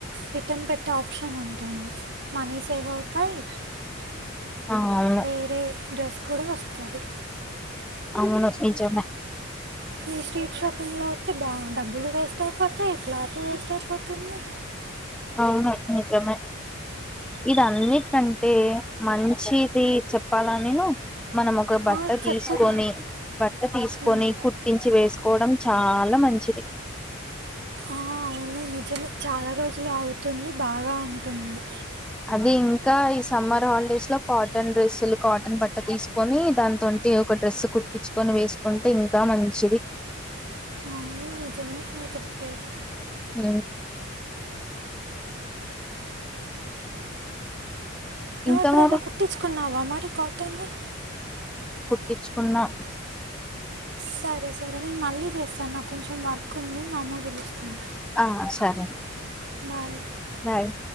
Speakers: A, on the right (about 55°); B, in the centre.
A: రిటర్న్ పెట్టే ఆప్షన్ ఉంటుంది మనీ సేవ్ అవుతాయి
B: అవును
A: వేరే డ్రెస్ కూడా వస్తది
B: అవును అది నిజమే
A: ఈ స్ట్రీట్ షాపింగ్లో వతే బా డబ్బులు వేస్ట్ అయిపోతాయి క్లాత్ వేస్ట్ అయిపోతుంది
B: అవును అది నిజమే ఇది అన్నిటికంటే మంచిది చెప్పాలనిను మనం ఒక బట్ట
A: ఆ, చెప్పురా
B: తీసుకొని బట్ట తీసుకొని
A: ఉమ్.
B: కుట్టించి వేసుక కోవడం చాలా మంచిది
A: ఆ అవును నిజమే చాలా రోజులు అగుతుంది బాగా అంటుంది
B: అది ఇంకా ఈ సమ్మర్ హాలిడేస్ లో కాటన్ డ్రెస్సులు కాటన్ బట్ట తీసుకొని దానితోంటి ఒక డ్రెస్ కుటుపిచుకొని వేసుకుంటే ఇంకా మంచిది
A: అవును నిజమే నువు చెప్పేది
B: ఉ
A: నువ్వెప్పుడైనా
B: ఇంకా మరి
A: కుట్టించుకున్నావా మరి కాటన్వి
B: టిచ్చుకున్నా
A: సరే సరే నేను మళ్ళీ చేస్తాను నాకు కొంచెం వర్క్ ఉంది మా అమ్మ పిలుస్తుంది
B: ఆ సరే
A: బాయ్
B: బాయ్